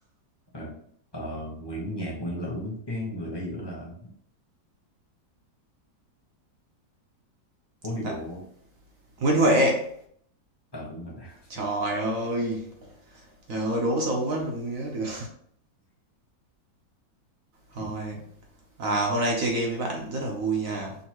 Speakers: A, on the left; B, on the right.
A: à, ờ, Nguyễn Nhạc Nguyễn Lữ cái người ở giữa là phố đi
B: Dạ.
A: bộ
B: Nguyễn Huệ.
A: ờ đúng rồi đã.
B: Trời ơi. Trời ơi đố sâu quá tôi không nhớ được. Thôi,
A: Chịu.
B: à hôm nay chơi game với bạn rất là vui nha.